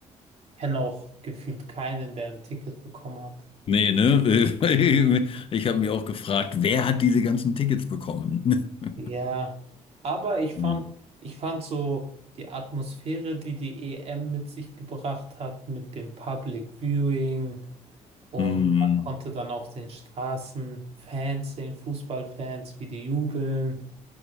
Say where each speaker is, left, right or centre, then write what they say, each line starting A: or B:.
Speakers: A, on the right; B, on the left.
A: kenne auch gefühlt keinen, der ein Ticket bekommen hat.
B: Nee, ne? <laughs> Ich habe mich auch gefragt, wer hat diese ganzen Tickets bekommen? <laughs>
A: Ja, aber ich fand,
B: Hm.
A: ich fand so die Atmosphäre, die die EM mit sich gebracht hat, mit dem Public Viewing und
B: Hm.
A: man konnte dann auf den Straßen Fans sehen, Fußballfans, wie die jubeln.